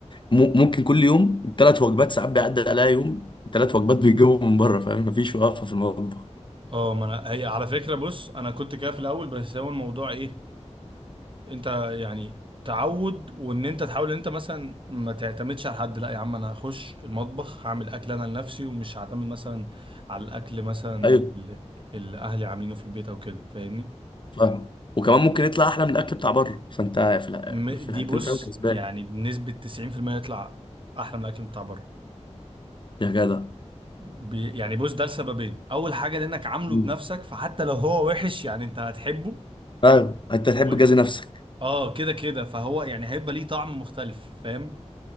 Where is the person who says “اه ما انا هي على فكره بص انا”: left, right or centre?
Right